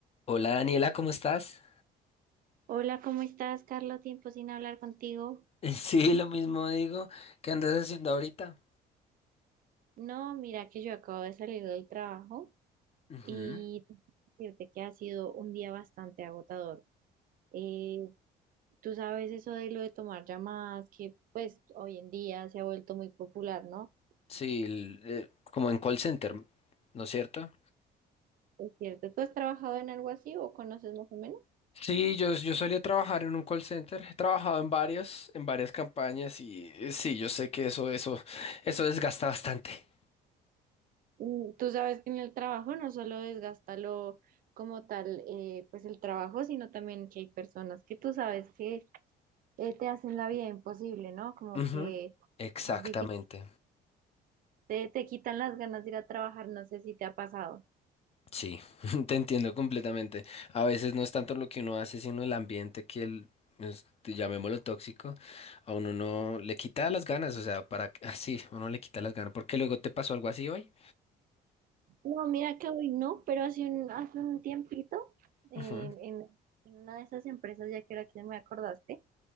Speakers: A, on the left; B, on the right.
A: Hola Daniela, ¿cómo estás?
B: Hola, ¿cómo estás, Carlos? Tiempo sin hablar contigo.
A: <laughs> Sí, lo mismo digo. ¿Qué andas haciendo ahorita?
B: No, mira que yo acabo de salir del trabajo
A: Ujú.
B: y decirte que ha sido un día bastante agotador. Eh, tú sabes eso de lo de tomar llamadas, que pues hoy en día se ha vuelto muy popular, ¿no?
A: Sí, el- eh, como en call center, ¿no es cierto?
B: Es cierto, ¿tú has trabajado en algo así o conoces más o menos?
A: Sí, yo, yo solía trabajar en un call center. He trabajado en varios, en varias campañas y eh, sí, yo sé que eso, eso, eso desgasta bastante.
B: Mm, Tú sabes que en el trabajo no solo desgasta lo como tal, eh, pues el trabajo, sino también que hay personas que tú sabes que eh, te hacen la vida imposible, ¿no? Como
A: Ujú.
B: que
A: Exactamente.
B: más difícil, te, te quitan las ganas de ir a trabajar, no sé si te ha pasado.
A: Sí, <laughs> te entiendo completamente. A veces no es tanto lo que uno hace, sino el ambiente que el, es- llamémoslo tóxico, a uno no le quita las ganas, o sea, para que- <laughs> así, uno le quita las ganas, porque luego te pasó algo así hoy.
B: No, mira que hoy no, pero hace un, hace un tiempito, en,
A: Ujú,
B: en- en una de esas empresas, ya que ahora que me acordaste,